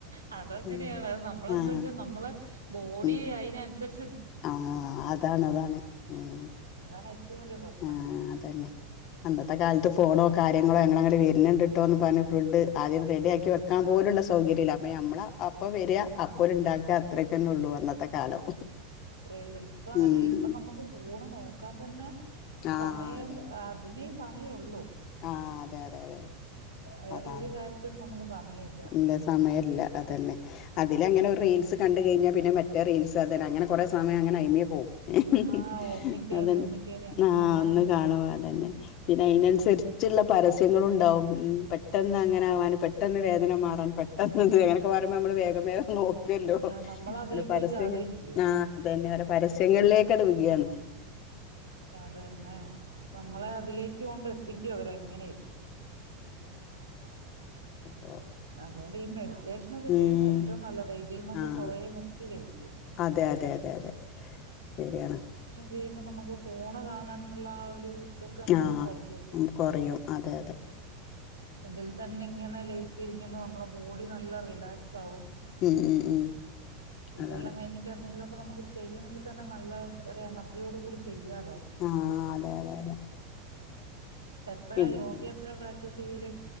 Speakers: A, on the right; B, on the left.
A: ഹഅതെങ്ങനെയാണ്
B: ഉം
A: അത് നമ്മളെന്ത്‌
B: ആഹ്
A: വെച്ചാ നമ്മള ബോഡി
B: ഉം
A: അയിനനുസരി
B: ആഹ് അതാണ് അതാണ് ഉം
A: അതാണ് ഏറ്റവും വലിയ പ്രശ്നം
B: ആ അതന്നെ അന്നത്തെ കാലത്ത് ഫോണോ കാര്യങ്ങളോ അങ്ങന ഞങ്ങള് വരുന്നുണ്ട്ട്ടോ ന്ന് പറഞ്ഞു ഫുഡ് ആദ്യം ഒന്ന് റെഡി ആക്കി വെക്കാൻ പോലുള്ള സൗകര്യമല്ല അപ്പ ഞമ്മള അപ്പം വരിക
A: ആഹ്
B: അപ്പോല് ഉണ്ടാക്ക ഇത്രക്കന്നെ ഉള്ളൂ അന്നത്തെ കാലം
A: അത്രേള്ളൂ ഇപ്പ അങ്ങനെയല്ല
B: ഉം
A: ഇപ്പൊ നമ്മുക്ക് ഫോണ് നോക്കാൻ തന്നെ
B: ആഹ്
A: സമയം
B: അതെ
A: അതി ന്നേ സമയൊള്ളൂ
B: ആ അതെ അതെ അതെ
A: വേറൊരു
B: അതാണ്
A: കാര്യത്തിനും നമുക്ക് സമയമില്ല
B: ഇല്ല സമയല്ല അതന്നെ അതിലങ്ങനെ ഒരു റീൽസ് കണ്ട്കഴിഞ്ഞാ പിന്നെമറ്റ് മറ്റേറീൽസ് അതെഅങ്ങനെ കൊറേ സമയംഅങ്ങനെ അയ്മേപോവും ഇഹ്
A: ആഹ്
B: ഇഹ്
A: ഒന്നിക്കേറി
B: ഹ് അതന്നെ
A: ഒന്നിക്കേറി അങ്ങനെ
B: ആ ഒന്ന്
A: പോവത്
B: കാണുമ അതന്നെ പിന്നെ അയ്നനുസരിച്ച്ള്ള പരസ്യങ്ങളുണ്ടാവും ഉം പെട്ടെന്നങ്ങനാവാനും പെട്ടെന്ന് വേ ഇങ്ങനെ മാറാൻ പെട്ടന്നിത് അങ്ങനൊക്കെപറയുമ്പോ നമ്മള് വേഗം വഗം നോക് ക്കല്ലോഹ്
A: ആഹ് നമ്മൾ അതില്
B: അരെപരസ്യഞ
A: പോയി ചാടുകയും ചെയ്യും
B: ആ അതന്നെ അവരെ പരസ്യങ്ങളിലേ കടുവുകയാണ്
A: അതന്നെ നമ്മളെ അതിലേക്ക് കൊണ്ട് എത്ത ത്തിക്കും അവരെങ്ങനെ
B: ഉ
A: അതുകൊണ്ട് ഈ മെഡിറ്റേഷനൊക്കെ
B: ഉം
A: ചെയ്യുന്നഎറ്റവും നല്ലത് ഇതിൽന്നൊക്കെ
B: ആഹ്
A: കുറേ മുക്തി ലഭിക്കും
B: അതെ അതെ അതെ അതെ ശരിയാണ്
A: ചെയ്യുമ്പോനമുക്ക് ഫോണ് കാണൻന്നുള്ള ആ ഒരു ഇതൊക്കെ അങ്ങ്
B: ആഹ്
A: കൊറയല്ലോ
B: മ്പോകൊറയും അതെ അതെ
A: ഇതിൽ തന്നെ ഇങ്ങനെ ലയിച്ചിരിക്കുമ്പോ നമ്മള ബോഡി നല്ല റിലാക്സ് ആവും
B: ഉം ഉം ഉം
A: ഇതെല്ലാം
B: അതാണ്
A: കഴിഞ്ഞിട്ട് എന്തെങ്കിലും പ്പ നമക്ക് ചെയ്യണെങ്കിതന്നെ നല്ല ഒരു എനർജിയോട്കൂടി ചെയ്യാലൊ
B: ആഹ് അതെ അതെ അതെ
A: എപ്പഴാ
B: പിന്നെ
A: യോഗ എപ്പഴ പ്രാക് ചെയ്യല്